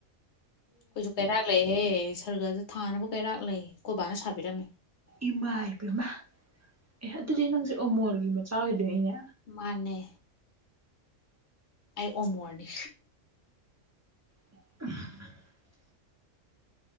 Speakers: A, on the left; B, on the right.
A: ꯑꯩꯈꯣꯏꯁꯨ ꯀꯩꯔꯥꯛ ꯂꯩꯍꯦꯍꯦ ꯁꯔꯒꯗ ꯊꯥꯅꯕ ꯀꯩꯔꯥꯛ ꯂꯩ ꯀꯣ ꯕꯥꯅ ꯁꯥꯕꯤꯔꯝꯃꯤ
B: ꯏꯃꯥ ꯏꯕꯃ ꯑꯦ ꯑꯗꯨꯗꯤ ꯅꯪꯁꯦ ꯎꯃꯣꯔꯒꯤ ꯃꯆꯥ ꯑꯣꯏꯗꯣꯏꯅꯦꯅꯦ
A: ꯃꯥꯅꯦ ꯑꯩ ꯑꯣꯃꯣꯔꯅꯤ
B: <unintelligible>